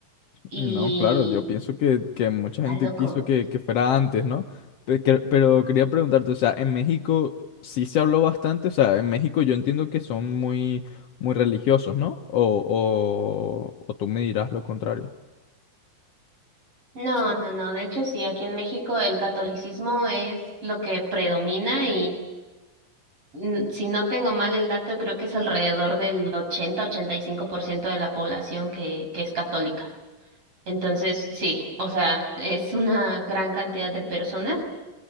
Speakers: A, on the right; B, on the left.
A: y
B: No, claro, yo pienso que, que mucha
A: está
B: gente
A: loco.
B: quiso que, que fuera antes, ¿no? Pe- que- Pero, quería preguntarte, o sea, en México sí se habló bastante, o sea, en México yo entiendo que son muy, muy religiosos, ¿no? O, o, o tú me dirás lo contrario.
A: No, no, no, de hecho sí, aquí en México el catolicismo es lo que predomina mm, si no tengo mal el dato, creo que es alrededor del 80-85% de la población que, que es católica. Entonces, sí, o sea, es una gran cantidad de personas